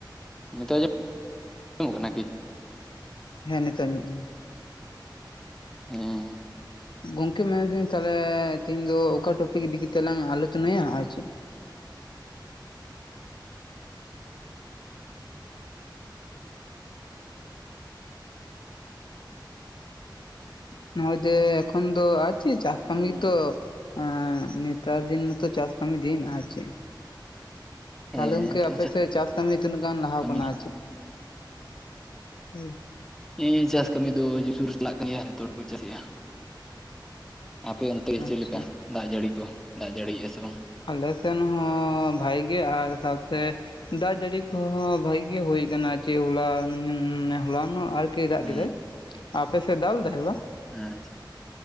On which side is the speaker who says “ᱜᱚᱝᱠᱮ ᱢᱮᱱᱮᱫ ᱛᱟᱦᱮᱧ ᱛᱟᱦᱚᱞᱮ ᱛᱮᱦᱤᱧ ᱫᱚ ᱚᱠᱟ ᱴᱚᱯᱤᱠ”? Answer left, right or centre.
Left